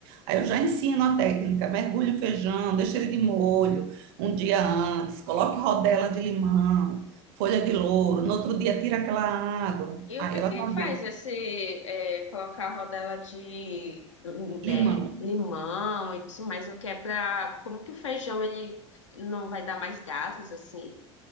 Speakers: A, on the right; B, on the left.
A: Aí eu já ensino a técnica: mergulhe o feijão, deixa ele de molho um dia antes, coloque rodela de limão, folha de louro. No outro dia, tira aquela água.
B: e
A: Aí
B: o que
A: ela
B: que
A: já
B: faz
A: vê:
B: esse é, colocar rodela de
A: É.
B: é,
A: limão.
B: limão e tudo mais? O que é para como que o feijão ele não vai dar mais gases assim?